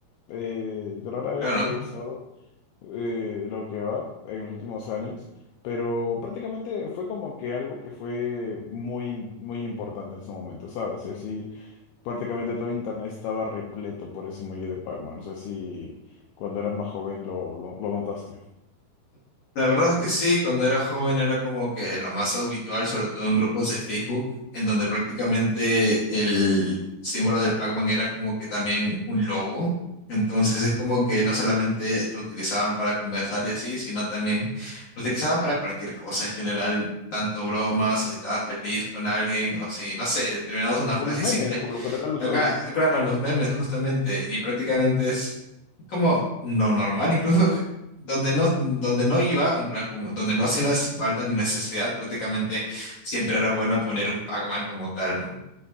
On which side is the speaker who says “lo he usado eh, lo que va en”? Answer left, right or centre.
Left